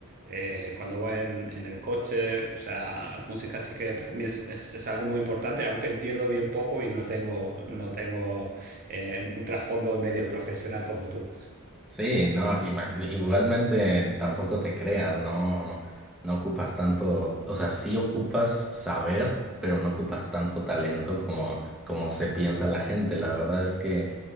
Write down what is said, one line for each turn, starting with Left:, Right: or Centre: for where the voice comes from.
Right: eh, cuando voy en, en el coche, o sea, la música sí que para mí es, es- es algo muy importante, aunque entiendo bien poco y no tengo, no tengo eh, un trasfondo medio profesional como tú.
Centre: Sí, no, ima- igualmente tampoco te creas, no, no ocupas tanto, o sea, sí ocupas saber, pero no ocupas tanto talento como, como se piensa la gente. La verdad es que